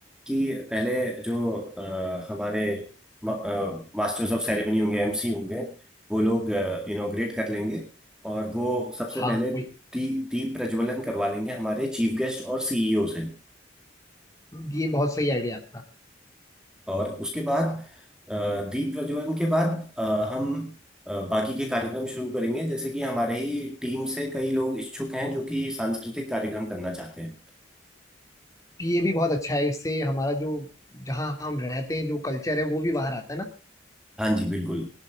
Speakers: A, in the centre; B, on the left.
A: कि पहले जो अ, हमारे मास्टर्स ऑफ सेरेमनी होंगे एमसी होंगे वो लोग इनॉग्रेट कर लेंगे और वो सबसे
B: हाँ
A: पहले दी,
B: वही
A: दीप प्रज्वलन करवा लेंगे हमारे चीफ गेस्ट और सीईओ से
B: ये बहुत सही आइडिया आपका
A: और उसके बाद अ, दीप प्रज्वलन के बाद अ, हम अ, बाकी के कार्यक्रम शुरू करेंगे जैसे कि हमारे ही टीम से कई लोग इच्छुक हैं जो कि सांस्कृतिक कार्यक्रम करना चाहते हैं
B: ये भी बहुत अच्छा है इससे हमारा जो जहाँ हम रहते हैं जो कल्चर है वो भी बाहर आता है ना
A: हाँ जी बिल्कुल